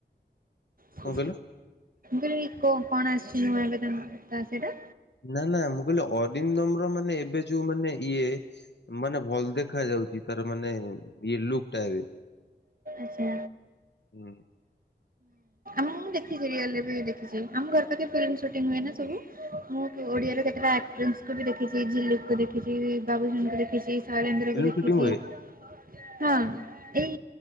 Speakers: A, on the right; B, on the left.
A: ମୁଁ
B: କଣ କହିଲ?
A: କହିଲି କଣ ଆସିଛି ନୂଆ ଏବେ ତା ତା ସେଇଟା?
B: ନା ନା ମୁଁ କହିଲି ଅରିନ୍ଦମ ର ମାନେ ଏବେ ଯୋଉ ମାନେ ଇଏ ମାନେ ଭଲ ଦେଖାଯାଉଛି ତାର ମାନେ ଇଏ ଲୁକ୍ ଟା ଏବେ।
A: ଆଛା।
B: ହୁଁ।
A: ମୁଁ ଦେଖିଛି ରିଏଲ୍ ରେ ବି ଦେଖିଛି ଆମ ଘର ପାଖେ ଫିଲ୍ମ୍ ସୁଟିଙ୍ଗ ହୁଏ ନା ସବୁ ମୁଁ ଓଡିଆରେ କେତେଟା ଆକ୍ଟ୍ରିସକୁ ବି ଦେଖିଛି ଝିଲୁୁ ଦେଖିଛି ବାବୁସାନଙ୍କୁ ଦେଖିଛି ଶୈଳନ୍ଦ୍ରର
B: ଫିଲ୍ମ
A: ଙ୍କୁ ଦେଖିଛି।
B: ସୁଟିଂ ହୁଏ?
A: ହଁ ଏଇ